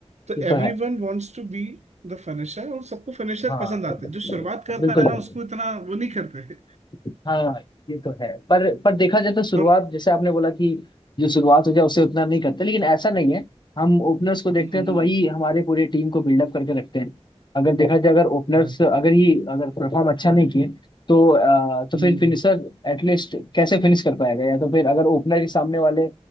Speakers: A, on the right; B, on the left.
A: तो
B: ये तो
A: everyone
B: है
A: wants to be the finisher और सबको फिनिशर
B: हाँ
A: पसंद आते हैं जो शुरुआत
B: बिल्कुल
A: करता है
B: बिल्कुल
A: ना उसको इतना वो नहीं करते
B: हाँ ये तो है पर पर देखा जाए तो शुरुआत
A: और
B: जैसे आपने बोला कि जो शुरुआत हो जाए उसे उतना नहीं करते लेकिन ऐसा नहीं है हम ओपनर्स को देखते
A: हम्म,
B: हैं तो वही हमारे पूरे टीम को बिल्डअप करके रखते हैं अगर देखा जाए अगर ओपनर्स
A: अरे,
B: अगर ही अगर परफॉर्म अच्छा नहीं किए तो अ, तो
A: हम्म,
B: फिर फिनिशर एटलीस्ट कैसे फिनिश कर पाएगा या तो फिर अगर ओपनर ही सामने वाले